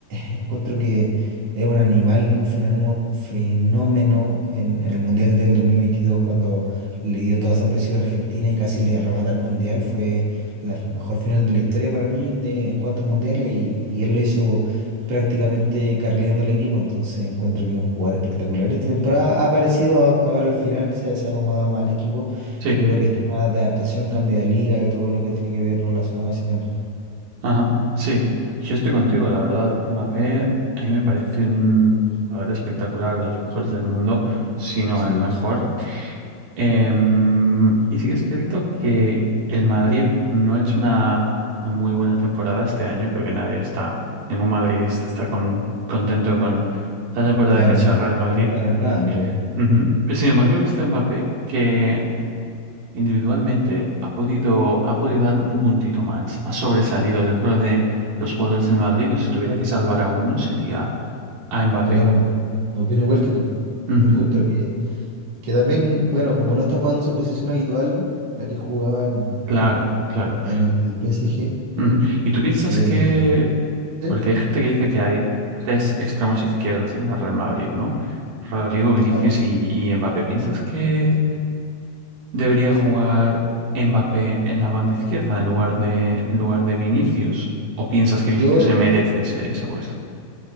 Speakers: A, on the right (about 50°); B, on the right (about 80°).
A: Encuentro que es un animal, es un fenómeno, fenómeno en, en el Mundial del 2022 cuando le dio toda esa presión a Argentina y casi le arrebata el Mundial. Fue la mejor final de la historia para mí de- en cuanto a mundiales y, y él lo hizo prácticamente carrileando al equipo. Entonces encuentro que es un jugador espectacular. Esta temporada ha aparecido a- ahora al final, se, se ha acomodado más al equipo.
B: Sí,
A: Yo creo que es tema de adaptación, cambio de liga y todo lo que tiene que ver relacionado a ese tema.
B: ajá, sí. Yo estoy contigo, la verdad. Mbappé a mí me parece un jugador espectacular, de los mejores del mundo, si no
A: Sí.
B: el mejor. Em, y sí que es cierto que el Madrid no ha hecho una, una muy buena temporada este año. Creo que nadie está, ningún madridista está con- contento con la temporada
A: Claro,
B: que ha hecho
A: no,
B: el Real Madrid.
A: no ganaron nada, creo.
B: Ujú. Pero sin embargo, he visto a Mbappé que individualmente ha podido, ha podido dar un puntito más. Ha sobresalido dentro de los jugadores del Madrid. Y si tuviera que salvar a uno, sería a Mbappé.
A: Totalmente. Opino igual que tú.
B: Ujú.
A: Yo encuentro que, que también, bueno, como no está jugando en su posición habitual, la que jugaba en,
B: Claro, claro.
A: en el PSG,
B: Ujú. ¿Y tú piensas
A: eh,
B: que
A: sí,
B: Porque hay gente que dice que hay tres extremos izquierdos en el Real Madrid, ¿no? Rodrigo, Vinicius
A: claro.
B: y, y Mbappé. ¿Piensas que
A: sí.
B: debería jugar Mbappé en la banda izquierda en lugar de, en lugar de Vinicius? ¿O piensas que Vinicius
A: Yo
B: se merece ese, ese puesto?